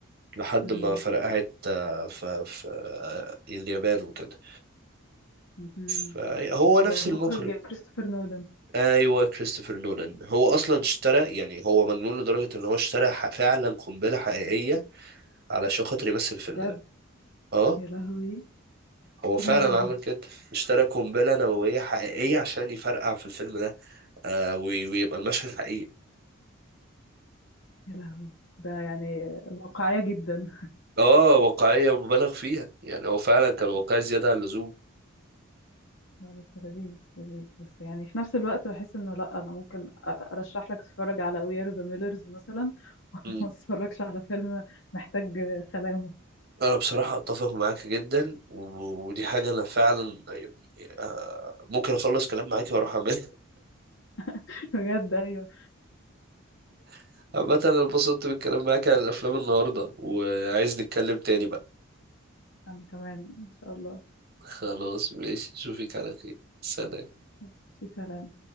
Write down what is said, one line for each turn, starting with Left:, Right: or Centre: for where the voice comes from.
Right: لحد
Left: امم
Right: ما فرقعت آه، ف... في آه، اليابان وكده
Left: مهم.
Right: فهو
Left: المخرج
Right: نفس المخرج
Left: كريستوفر نولان
Right: أيوه كريستوفر نولان هو أصلا اشترى يعني هو مجنون لدرجة إن هو اشترى ح- فعلا قنبلة حقيقية علشان خاطر يمثل الفيلم
Left: بجد
Right: ده اه
Left: يا لهوي
Right: هو فعلا
Left: ايه الهبل ده
Right: عمل كده اشترى قنبلة نووية حقيقية عشان يفرقع في الفيلم ده آه وي- ويبقى المشهد حقيقي
Left: يا لهوي ده يعني واقعية جدا
Right: اه واقعية مبالغ فيها يعني هو فعلا كان واقعي زيادة عن اللزوم
Left: لا بس لذيذ لذيذ بس يعني في نفس الوقت بحس انه لا انا ممكن أ- ارشح لك تتفرج على وير ذا ميلرز مثلا <laughs>
Right: مم.
Left: وما تتفرجش على فيلم محتاج سلامه
Right: انا بصراحة اتفق معاك جدا و- ودي حاجة انا فعلا يعني آه ممكن اخلص كلام معاك واروح اعملها
Left: <laughs> بجد ايوه
Right: <laughs> عامة انا اتبسطت بالكلام معاك عن الافلام النهاردة وعايز نتكلم تاني بقى
Left: انا كمان ان شاء الله
Right: <laughs> خلاص ماشي اشوفك على خير سلام
Left: في سلام